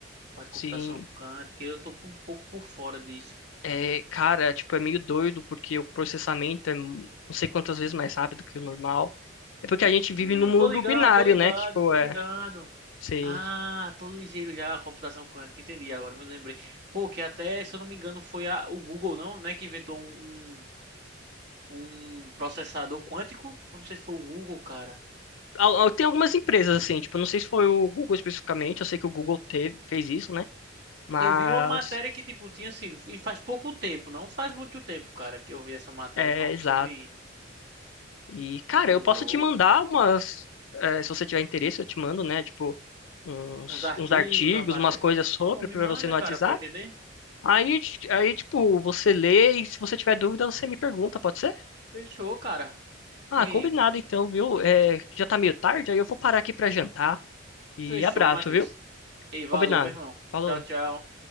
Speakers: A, on the right (about 60°); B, on the left (about 80°).
A: Parte de
B: sim,
A: computação quântica, eu tô um pouco por fora disso.
B: É, cara, tipo, é meio doido porque o processamento é não sei quantas vezes mais rápido que o normal. É porque a gente vive
A: Hum,
B: num mundo
A: tô ligado,
B: binário,
A: tô ligado,
B: né? Que, tipo,
A: tô
B: é,
A: ligado.
B: sei.
A: Ah, tô ligeiro já, a computação quântica, entendi, agora eu me lembrei. Pô, que até, se eu não me engano, foi a, o Google, não, né, que inventou um, um, um processador quântico? Eu não sei se foi o Google, cara.
B: Al- al- Tem algumas empresas assim, tipo, não sei se foi o Google especificamente, eu sei que o Google teve, fez isso, né? Mas
A: Eu vi uma matéria que, tipo, tinha sido, e faz pouco tempo, não faz muito tempo, cara, que eu vi essa matéria
B: é
A: falando
B: exato.
A: sobre isso.
B: E, cara,
A: Que
B: eu posso
A: louco,
B: te mandar
A: mano.
B: umas, é, se você tiver interesse, eu te mando, né? Tipo, uns,
A: Uns artigos,
B: uns artigos,
A: uma matéria.
B: umas coisas sobre
A: Pô, me
B: pra
A: manda,
B: você no
A: cara,
B: WhatsApp.
A: pra eu entender.
B: Aí, aí, tipo, você lê e se você tiver dúvida, você me pergunta, pode ser?
A: Fechou, cara.
B: Ah,
A: Ei.
B: combinado então, viu? É, já tá meio tarde, aí eu vou parar aqui pra jantar. E
A: Fechou,
B: abraço,
A: Matheus.
B: viu?
A: Ei, valeu,
B: Combinado.
A: meu irmão.
B: Falou.
A: Tchau, tchau.